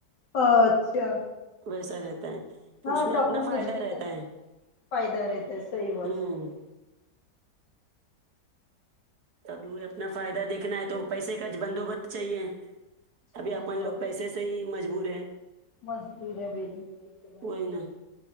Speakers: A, on the left; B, on the right.
A: اچھا
B: ویسا رہتا ہے تو
A: ہاں
B: اس میں اپنا
A: اپن
B: فائدہ
A: کچھ بھی
B: رہتا
A: کر
B: ہے
A: فائدہ رہتا ہے صحیح بات
B: ہوں
A: صحیح بات
B: تبھی اپنا فائدہ دیکھنا ہے تو پیسے کا بندوبست چاہیے ابھی
A: نہیں
B: اپن
A: بات
B: لوگ پیسے سے مجبور ہے
A: <unintelligible>
B: وہی نا